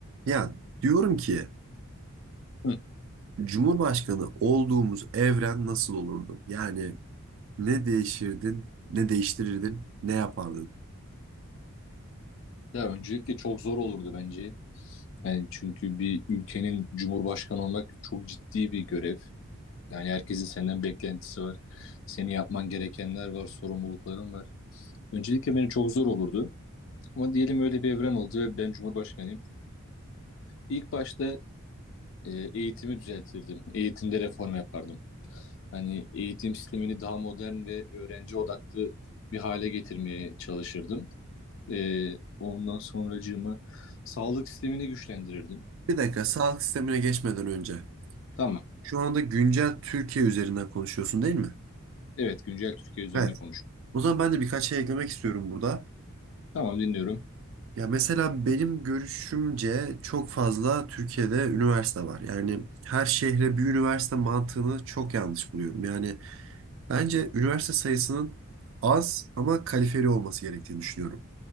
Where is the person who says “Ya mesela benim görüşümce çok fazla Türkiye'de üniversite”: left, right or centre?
Right